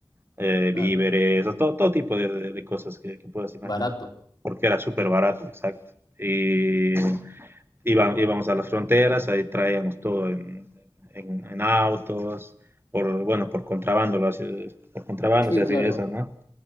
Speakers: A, on the right; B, on the left.
A: Eh,
B: claro,
A: víveres, o todo, todo tipo de, de- de cosas que, que puedas imaginar,
B: barato.
A: porque era súper barato, exacto. Y Iba- íbamos a las fronteras, ahí traíamos todo en, en- en autos, por, bueno, por contrabando, lo hacía- por contrabando
B: Sí,
A: se hacía
B: claro.
A: eso, ¿no?